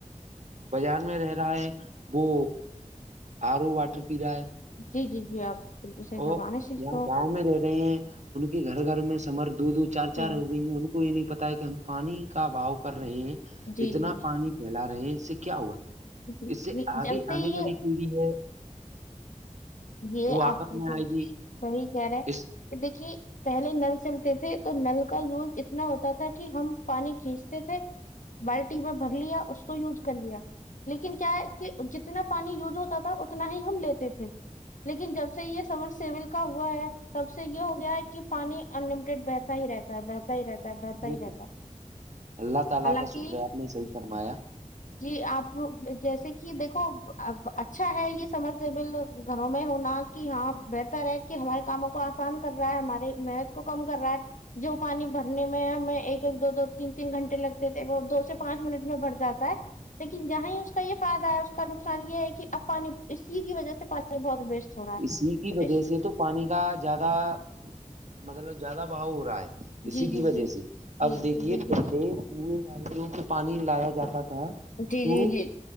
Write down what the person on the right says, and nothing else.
بازار میں رہ رہا ہے وہ آر او واٹر پی رہا ہے
او
گاؤں میں رہ رہے ہیں ان کے گھر گھر میں سمر دو دو چار
چار ہو گئی ہیں ان یہ نہیں پتا ہے کہ ہم پانی کا بھاؤ کر رہے ہیں
اتنا
پانی پھیلا رہے ہیں اس سے کیا ہوگا
اس سے آگے
آنے
والی پیڑھی ہے
وہ آپت
میں آئے گی
اس
وہ
تو اللہ تعالی
کا شکر ہے آپ نے صحیح فرمایا
اسی کی
وجہ
سے تو پانی کا زیادہ مطلب زیادہ بہاؤ ہو رہا ہے اسی
کی
وجہ
سے
اب دیکھیے
پہلے کنویں ندیوں سے پانی لایا جاتا تھا
تو